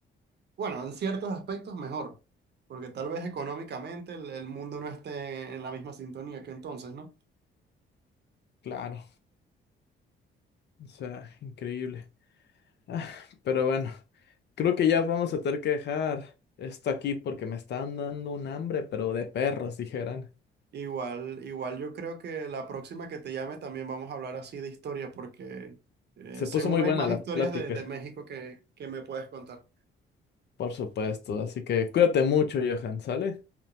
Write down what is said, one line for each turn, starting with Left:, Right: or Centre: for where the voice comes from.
Right: bueno, en ciertos aspectos mejor, porque tal vez económicamente el, el mundo no esté en la misma sintonía que entonces, ¿no?
Left: claro, o sea, increíble. Ah, pero bueno. Creo que ya
Right: Sí.
Left: vamos a tener que dejar esto aquí porque me están dando un hambre, pero de perros, dijeran.
Right: Igual, igual yo creo que la próxima que te llame también vamos a hablar así de historia, porque eh,
Left: Se
Right: seguro
Left: puso muy buena
Right: hay más
Left: la
Right: historias
Left: plática,
Right: de, de México que, que me puedes contar.
Left: por supuesto. Así que cuídate mucho, Johan, ¿sale?